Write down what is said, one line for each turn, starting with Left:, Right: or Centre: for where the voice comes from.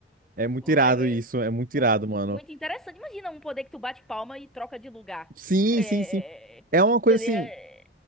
Right: É muito
Centre: "Uh",
Right: irado
Centre: aí, é,
Right: isso, é muito
Centre: mu-
Right: irado, mano.
Centre: muito interessante. Imagina um poder que tu bate palma e troca de lugar.
Right: Sim,
Centre: É,
Right: sim, sim. É
Centre: que
Right: uma coisa
Centre: seria.
Right: assim,
Centre: É.